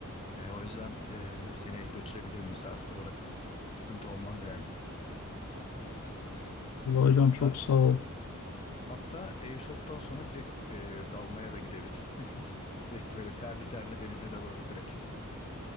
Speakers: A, on the left (about 25°); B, on the left (about 80°).
A: E, o yüzden e, seni götürebilirim misafir olarak. Sıkıntı olmaz yani.
B: Vallahi hocam
A: Hatta,
B: çok sağ ol.
A: hatta Airsoft'tan sonra direkt e, dalmaya da gidebiliriz. <laughs> Direkt böyle terli terli denize de varır direkt.